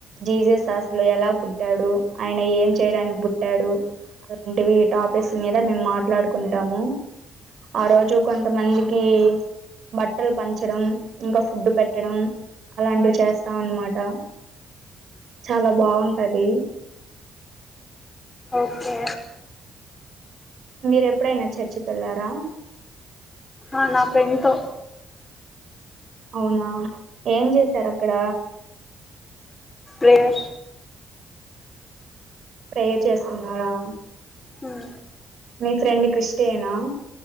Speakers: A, on the right; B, on the left.
A: జీజస్ శాస్లు ఎలా పుట్టాడు ఆయన ఏం చేయడానికి పుట్టాడు అలాంటివి టాపిక్స్ మీద మేమ్ మాట్లాడుకుంటాము ఆ రోజు కొంతమందికి బట్టలు పంచడం ఇంకా ఫుడ్డు పెట్టడం అలాంటివి చేస్తాం అన్మాట చాలా బాగుంటదీ
B: ఓకే
A: మీర్ ఎప్పుడైనా చర్చక్ ఎళ్లారా
B: ఆ నా ఫెండ్ తో
A: అవునా ఏం చేసారు అక్కడ
B: తే <unintelligible>
A: ప్రేయర్ చేసుకున్నారా
B: ఆ
A: మీ ఫ్రెండ్ క్రిస్టియన్ ఆ